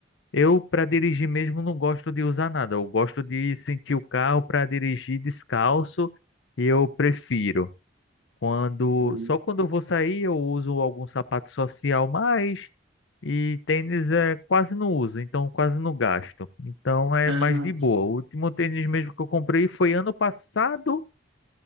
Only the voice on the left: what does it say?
eu para dirigir mesmo não gosto de usar nada. Eu gosto de sentir o carro para dirigir descalço e eu prefiro. Quando,
só quando eu vou sair eu uso algum sapato social mais e tênis é quase não uso, então quase não gasto. Então é
mais de boa.
O último tênis mesmo que eu comprei foi ano passado,